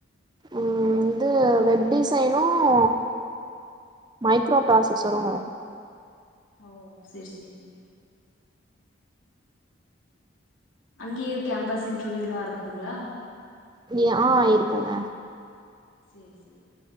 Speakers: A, on the right; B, on the left.
A: ம் இது வெப் டிசைனும் மைக்ரோ ப்ராசசரும்
B: ஓ சேர் சேரிங்க அங்கேயே கேம்பஸ் இன்டர்வியூ எல்லாம் இருக்குங்களா
A: இங்க‌ஆ இருக்கோங்க
B: சேர் சேரி